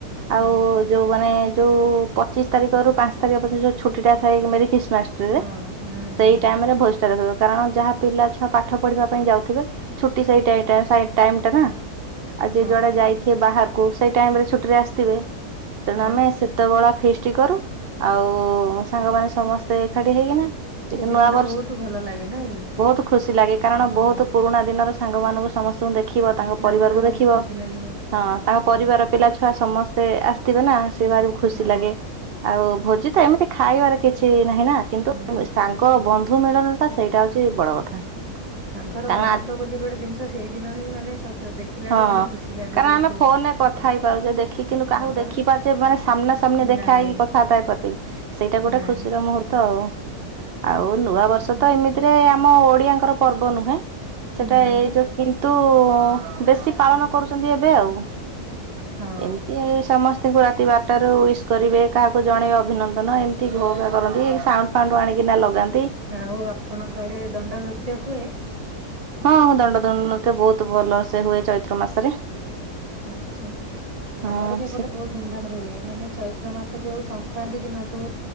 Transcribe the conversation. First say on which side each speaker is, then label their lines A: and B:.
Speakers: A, on the right; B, on the right.
A: ହଁ
B: ଆଉ ଯୋଉମାନେ ଯୋଉ ପଚିଶ ତାରିଖରୁ ପାଞ୍ଚ ତାରିଖ ପର୍ଯ୍ୟନ୍ତ ଯୋଉ ଛୁଟିଟା ଥାଏ। ମେରିଖିସ୍ ଲାଷ୍ଟରେ
A: ହଁ ହୁଁ ହୁଁ
B: ସେଇ ଟାଇମରେ ଭୋଜିଟା ରଖିଦଉ। କାରଣ ଯାହା ପିଲା ଛୁଆ ପାଠ ପଢିବା ପାଇଁ ଯାଉଥିବେ, ଛୁଟି ସେଇ ଟାଇମ ଟା ନା। ଆଉ ଯିଏ
A: ହଁ
B: ଯୁଆଡେ ଯାଇଥିବେ ବାହାରକୁ ସେଇ ଟାଇମରେ ଛୁଟିରେ ଆସିଥିବେ। ତେଣୁ
A: ହଁ
B: ଆମେ ସେତେବେଳେ ଫିଷ୍ଟ କରୁ। ଆଉ ସାଙ୍ଗମାନେ ସମସ୍ତେ ଏକାଠି ହେଇକିନା
A: ସେ
B: କିନ୍ତୁ
A: ଦିନ
B: ନୂଆବର୍ଷ
A: ଟା ବହୁତ ଭଲ ଲାଗେ ନାଇଁ
B: ବହୁତ ଖୁସି ଲାଗେ କାରଣ
A: ହଁ
B: ବହୁତ ପୁରୁଣା ଦିନର ସାଙ୍ଗମାନଙ୍କୁ ସମସ୍ତଙ୍କୁ ଦେଖିବ।
A: ଦେଖିଲା
B: ତାଙ୍କ ପରିବାରକୁ
A: ପରେ ବହୁତ
B: ଦେଖିବ।
A: ଖୁସି ଲାଗିବ।
B: ହଁ ତାଙ୍କ ପରିବାର
A: ହଁ
B: ପିଲା ଛୁଆ ସମସ୍ତେ ଆସିଥିବେ ନା। ସେ ଭାରି ଖୁସି ଲାଗେ।
A: ହଁ,
B: ଆଉ ଭୋଜି ତ ଏମିତି ଖାଇବାର କିଛି ନାହିଁ ନା କିନ୍ତୁ
A: ନାଇଁ
B: ସାଙ୍ଗ ବନ୍ଧୁ ମିଳନଟା ସେଇଟା ହଉଛି ବଡ କଥା।
A: ସାଙ୍ଗର
B: କାରଣ
A: ମହତ
B: ଆଜି
A: ବୋଲି ଗୋଟେ ଜିନିଷ ସେଇ ଦିନ ହିଁ ମାନେ ଦେଖିଲାଠୁ
B: ହଁ।
A: ମାନେ ଖୁସି ଲାଗେ
B: କାରଣ
A: ବହୁତ।
B: ଆମେ ଫୋନରେ କଥା ହେଇପାରୁଚେ, ଦେଖି କିନ୍ତୁ
A: ହଁ
B: କାହାକୁ
A: ବା
B: ଦେଖି ପାରୁଛେ, ମାନେ ସାମ୍ନା ସାମ୍ନୀ ହେଇକି
A: ନାଇଁ
B: କଥାବାର୍ତା ହେଇପାରୁଛି କି। ସେଇଟା ଗୋଟେ
A: ନାଇଁ
B: ଖୁସିର ମୁହୂର୍ତ୍ତ ଆଉ। ଆଉ ନୂଆ
A: ଆଛା
B: ବର୍ଷ ତ ଏମିତିରେ ଆମ ଓଡିଆଙ୍କର ପର୍ବ ନୁହେଁ। ସେଟା
A: ନାଇଁ
B: ଏଇ
A: ବା
B: ଯୋଉ କିନ୍ତୁ କିନ୍ତୁ ବେଶୀ ପାଳନ କରୁଛନ୍ତି ଏବେ ଆଉ।
A: ହଁ
B: ଏମିତି ଏ ସମ ତାଙ୍କୁ ରାତି ବାରଟାରୁ ୱିସ୍ କରିବେ। କାହାକୁ ଜଣେଇବେ ଅଭିନନ୍ଦନ ଏମିତି ଘୋ ଘା କରନ୍ତି। ସାଉଣ୍ଡ ଫାଉଣ୍ଡ ଆଣିକିନା ଲଗାନ୍ତି।
A: ଆଉ ଆପଣଙ୍କ ଆଡେ ଦଣ୍ଡ ନୃତ୍ୟ ହୁଏ?
B: ହଁ ଦଣ୍ଡ ଦଣ୍ଡ ନୃତ୍ୟ ବହୁତ ଭଲ ସେ ହୁଏ ଚୈତ୍ର ମାସରେ।
A: ଆଛା।
B: ହଁ
A: ଆମର ବି ଏପଟେ
B: ସେ
A: ବହୁତ ଧୁମଧାମ ରେ ହୁଏ। ମାନେ ଚୈତ୍ର ମାସ ଯୋଉ ସଂକ୍ରାନ୍ତି ଦିନଠୁ